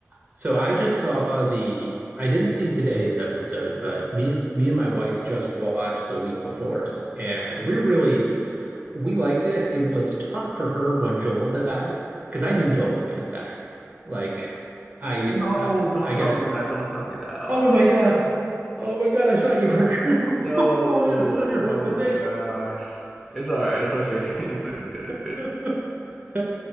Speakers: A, on the right; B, in the centre.
A: so I just saw the. I didn't see today's episode, but me, me and my wife just watched the week before's, and we really we liked it. It was tough for her when Joel died because I knew Joel was gonna die. Like, I
B: No,
A: uh,
B: don't
A: I
B: tell
A: got
B: me
A: it.
B: that. Don't tell me that. Oh
A: Oh my
B: my
A: God!
B: god.
A: Oh my God! I thought you were. <laughs>
B: No. Oh
A: Oh man, I thought you were up to
B: my
A: date.
B: gosh. It's all right. It's okay. <laughs> It's it's good. It's
A: <laughs>
B: good.